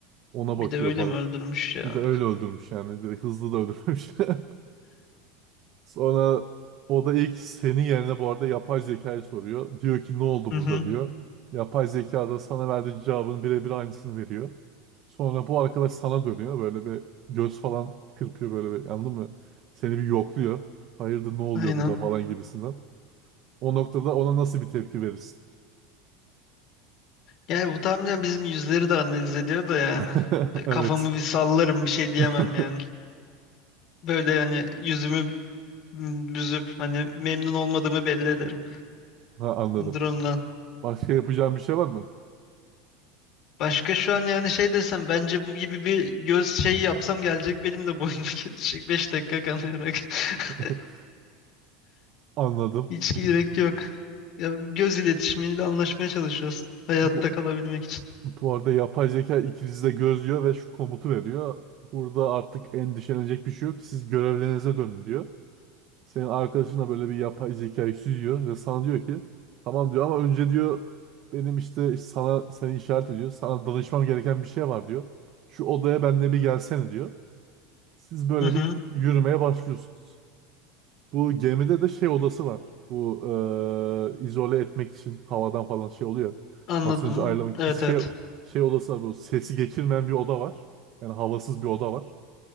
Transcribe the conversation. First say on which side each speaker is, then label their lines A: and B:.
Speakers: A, on the right; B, on the left.
A: Ona
B: Bir
A: bakıyor
B: de öyle
A: falan.
B: mi öldürmüş ya?
A: Bir de öyle öldürmüş yani direkt hızlı da öldürmüş. <laughs> Sonra o da ilk senin yerine bu arada yapay zekayı soruyor. Diyor ki ne oldu
B: Hı
A: burada
B: hı.
A: diyor. Yapay zeka da sana verdiği cevabın birebir aynısını veriyor. Sonra bu arkadaş sana dönüyor. Böyle bir göz falan kırpıyor böyle bir anladın mı? Seni bir yokluyor. Hayırdır ne oluyor
B: Aynen.
A: burada falan gibisinden. O noktada ona nasıl bir tepki verirsin?
B: Yani bu tahminen bizim yüzleri de analiz ediyor da yani.
A: <laughs>
B: E, Kafamı
A: Evet.
B: bir sallarım bir şey diyemem
A: <laughs>
B: yani. Böyle hani yüzümü m, büzüp hani memnun olmadığımı belli ederim
A: Ha, anladım.
B: durumdan.
A: Başka yapacağım bir şey var mı?
B: Başka şu an yani şey desem bence bu gibi bir göz şeyi yapsam gelecek benim de boynum <laughs> kesecek 5 dakika kanayarak. <laughs>
A: <laughs> Anladım.
B: Hiç
A: Bu,
B: gerek yok. Ya göz iletişimiyle anlaşmaya çalışıyoruz. Hayatta
A: bu
B: kalabilmek için.
A: Bu arada yapay zeka ikinizi de gözlüyor ve şu komutu veriyor. Burada artık endişelenecek bir şey yok. Siz görevlerinize dönün diyor. Senin arkadaşın da böyle bir yapay zekayı süzüyor ve sana diyor ki tamam diyor ama önce diyor benim işte sana seni işaret ediyor. Sana danışmam gereken bir şey var diyor. Şu odaya benimle bir gelsene diyor. Siz böyle
B: Hı hı,
A: bir yürümeye başlıyorsunuz. Bu gemide de şey odası var. Bu eee, izole etmek için havadan falan şey oluyor.
B: anladım.
A: Basıncı ayarlamak
B: Evet
A: bir şey
B: evet.
A: şey odası var. Bu sesi geçirmeyen bir oda var. Yani havasız bir oda var.